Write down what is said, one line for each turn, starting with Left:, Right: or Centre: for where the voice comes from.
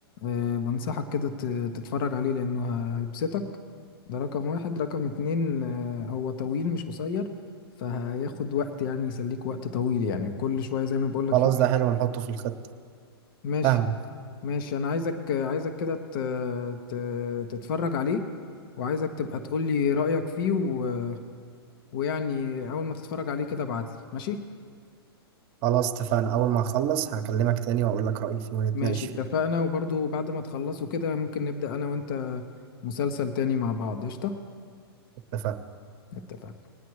Left: آه، بنصحك كده ت- تتفرج عليه لأنه هيبسطك ده رقم واحد رقم اتنين آه، هو طويل مش قصير فهياخد وقت يعني يسليك وقت طويل يعني وكل شوية زي ما بقولك
Right: خلاص
Left: في
Right: ده حلو نحطه في الخطه
Left: ماشي
Right: فاهمك
Left: ماشي أنا عايزك عايزك كده ت- ت- تتفرج عليه وعايزك تبقى تقولي رأيك فيه و... ويعني أول ما تتفرج عليه كده ابعتلي ماشي
Right: خلاص اتفقنا أول ما أخلص هكلمك تاني وأقول لك رأيي فيه ونتناقش
Left: ماشي اتفقنا
Right: فيه
Left: وبرضو بعد ما تخلصوا كده ممكن نبدأ أنا وأنت مسلسل تاني مع بعض قشطة
Right: اتفقنا
Left: اتفقنا